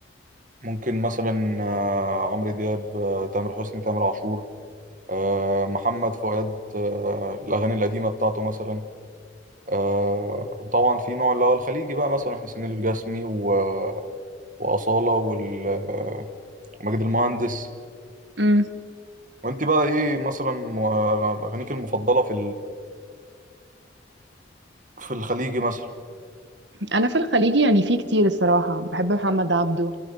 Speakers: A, on the right (about 45°); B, on the right (about 70°).
A: ممكن مثلا آه، عمرو دياب آه، تامر حسني تامر عاشور آه، محمد فؤاد آه، الاغاني القديمه بتاعته مثلا آه، وطبعا في نوع اللي هو الخليجي بقى مثلا حسين الجسمي و- واصاله وال- آه، وماجد المهندس
B: مم.
A: وانت بقى ايه مثلا مو- آه، اغانيك المفضله في في الخليجي مثلا
B: أنا في الخليجي يعني في كتير الصراحة بحب محمد عبده